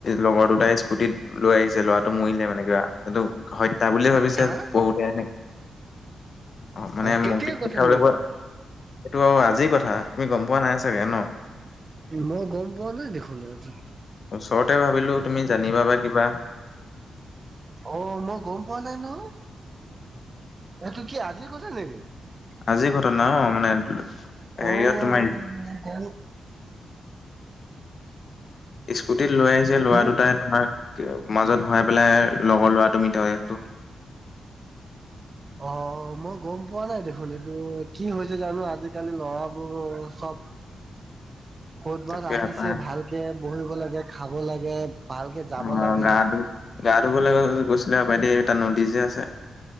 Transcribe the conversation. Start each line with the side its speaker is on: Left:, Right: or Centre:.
Left: লগৰ দুটাই স্কুটিত লৈ আহিছে লৰাটো মৰিলে মানে কিবা এইটো হত্যা বুলিয়ে ভাবিছে
Right: হা
Left: বহুতে এনে অ মানে
Right: কেতিয়া
Left: মোক পিকনিক
Right: কথানো
Left: খাবলে
Right: এইটো
Left: কোৱা এইটো আজিৰ কথা তুমি গম পোৱা নাই চাগে ন
Right: মই গম পোৱা নাই দেখোন আজি
Left: ওচৰতে ভাবিলো তুমি জানিবা বা কিবা
Right: অ মই গম পোৱা নাই নহয় এতো কি আজি কথা নেকি?
Left: আজি ঘটনা অ মানে হেৰিয়ত
Right: অ'
Left: তোমাৰ স্কুটিত লৈ আহিছে লৰা
Right: মোক
Left: দুটাই তোমাৰ মাজত ভৰাই পেলাই লগৰ ল'ৰা তুমি তাৱৈক টো
Right: অ মই গম পোৱা নাই দেখোন এইটো কি হৈছে জানো আজিকালি ল'ৰাবোৰ চব
Left: <unintelligible>
Right: ক'তবাছ
Left: তাকে
Right: আহিছে
Left: হপাই
Right: ভালকে বহিব লাগে খাব লাগে ভালকে যাব
Left: অ
Right: লাগে।
Left: গা ধুব গা ধুবলৈ গ গৈছিলে সপাই দেই তাত নদী যে আছে।